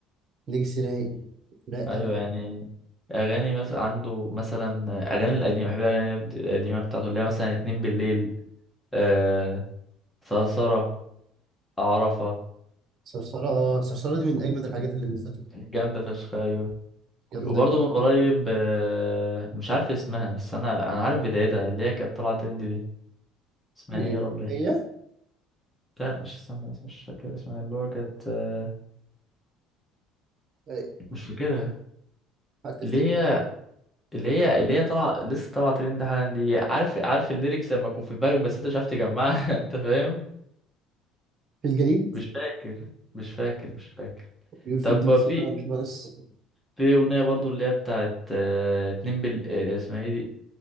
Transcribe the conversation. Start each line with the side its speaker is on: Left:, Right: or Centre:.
Right: ليجاسي رايق لا
Centre: ايوه
Right: قوي
Centre: يعني اغاني مثلا عنده مثلا اغاني القديمه بحب الاغاني القديمه بتاعته اللي هي مثلا اتنين بالليل آه ثرثره عرفه
Right: صرصرة اه صرصرة دي من أجمد الحاجات اللي نزلت
Centre: جامده فشخ ايوه
Right: جامدة
Centre: وبرضه
Right: جدا
Centre: من قريب آه، مش عارف اسمها بس انا انا عارف بدايتها اللي هي كانت طالعه ترند دي اسمها
Right: إيه
Centre: ايه يا ربي
Right: هي
Centre: لا مش اسمها مش فاكر اسمها اللي هو كانت آه،
Right: إيه،
Centre: مش فاكرها
Right: هل تفتكر
Centre: اللي هي اللي هي اللي هي طالعه لسه طالعه ترند حالا دي عارف عارف الليركس لما تكون في دماغك بس انت مش عارف تجمعها <laughs> انت فاهم
Right: في الجليد
Centre: مش فاكر مش فاكر مش فاكر
Right: بيقول في
Centre: طب
Right: الدين السير
Centre: في
Right: أنا مش ناقص
Centre: في اغنيه برضو اللي هي بتاعت آه، اتنين بال آه، اسمها ايه دي